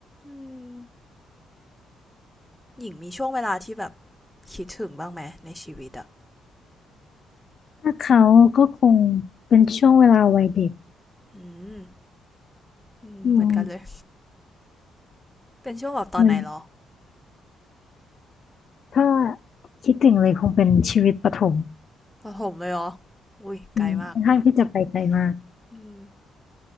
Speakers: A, in the centre; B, on the left (about 50°).
A: อืมหญิงมีช่วงเวลาที่แบบคิดถึงบ้างไหมในชีวิตอ่ะ
B: ถ้าเขาก็คงเป็นช่วงเวลาวัยเด็ก
A: อืมอืมเหมือนกันเลย
B: อืม
A: เป็นช่วงแบบตอนไหนเหรอ
B: มันถ้าคิดถึงเลยคงเป็นชีวิตประถม
A: ประถมเลยเหรออุ้ยไกลมาก
B: อืมค่อนข้างที่จะไปไกลมาก
A: อืม